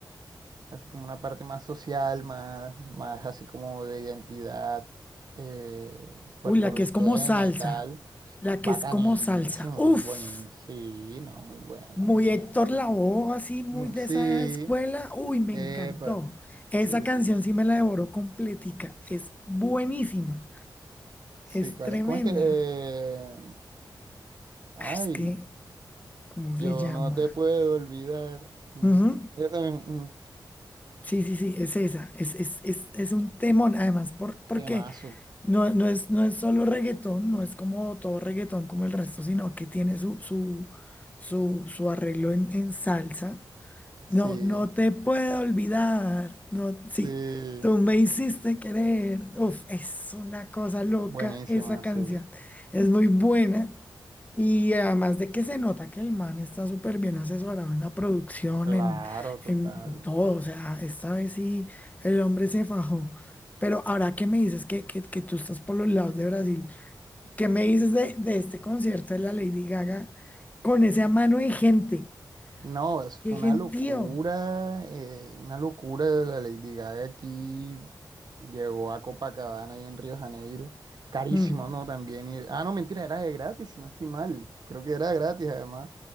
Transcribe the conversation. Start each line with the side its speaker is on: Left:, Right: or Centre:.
Right: así como una parte más social, más, más así como de identidad eh, puertorriqueña
Left: Uy, la que es como salsa,
Right: y tal.
Left: la que
Right: Bacanísimo,
Left: es como salsa. Uff.
Right: bonito, sí, no, muy bueno,
Left: Muy
Right: muy bueno.
Left: Héctor Lavoe, así muy
Right: Mm,
Left: de
Right: Sí,
Left: esa escuela. Uy, me
Right: epa,
Left: encantó. Esa
Right: sí,
Left: canción
Right: sí,
Left: sí me la devoró completica. Es buenísima.
Right: sí,
Left: Es
Right: ¿cuál
Left: tremenda.
Right: es? ¿Cómo es que...? eh, Ay,
Left: Ah, Es que, ¿cómo
Right: yo
Left: se llama?
Right: no te puedo olvidar. Mm,
Left: Ujú.
Right: Esa misma, mm,
Left: Sí, sí, sí, es esa. Es, es, es, es un temón, además, por, porque
Right: Temazo.
Left: no, no es, no es solo reggaetón, no es como todo reggaetón como el resto, sino que tiene su, su, su, su arreglo en, en salsa.
Right: Sí,
Left: No, no te puedo olvidar. No, sí,
Right: sí.
Left: tú me hiciste querer. Uf, es una cosa loca
Right: Buenísima,
Left: esa canción.
Right: sí.
Left: Es muy buena. Y además de que se nota que el man está súper bien asesorado en la producción,
Right: Claro,
Left: en,
Right: total.
Left: en todo. O sea, esta vez sí el hombre se fajó. Pero ahora que me dices que, que, que tú estás por los lados de Brasil, ¿qué me dices de, de este concierto de la Lady Gaga con esa mano de gente?
Right: No, es
Left: ¡Qué
Right: una
Left: gentío!
Right: locura, eh, una locura de la Lady Gaga aquí. Llegó a Copacabana y en Río de Janeiro. Carísimo,
Left: Mm.
Right: ¿no? También ir- Ah, no, mentira, era de gratis, si no estoy mal. Creo que era gratis además.